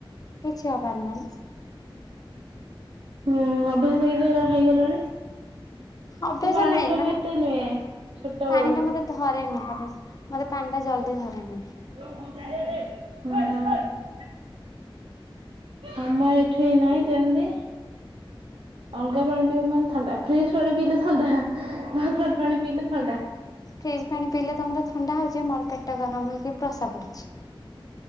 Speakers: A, on the left (about 40°); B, on the right (about 75°).
A: କିଛି ହବାର ନାହିଁ।
B: ହୁଁ ଅଭ୍ୟାସ ହେଇ ହେଇଗଲାଣି।
A: ଅଭ୍ୟାସ
B: ସେ ପାଣି
A: ନାଇଁ
B: ଗୁରା
A: ମାନେ
B: ବି ଏତେ ନୁହେଁ ଛୋଟ
A: ପାଣି
B: ବେଳୁ।
A: ଟା ମତେ ଧରେନି ବୋଧେ ମତେ ପାଣି ଟା ଜଲଦି ଧରେନି।
B: <inaudible> ଆମ ଏଠି ନାହିଁ ଯେମତି ଅଲଗା ପାଣି ପିଇବି ମାନେ ଥଣ୍ଡା ଫ୍ରିଜ ପାଣି ପିଇଲେ ଥଣ୍ଡା ନର୍ମାଲ ପାଣି ପିଇଲେ ଥଣ୍ଡା।
A: ଫ୍ରିଜ୍ ପାଣି ପିଇଲେ ତମର ଥଣ୍ଡା ହଉଛି ମୋର ପେଟ ଗରମ ହେଇକି ପ୍ରସା ପଡୁଛି।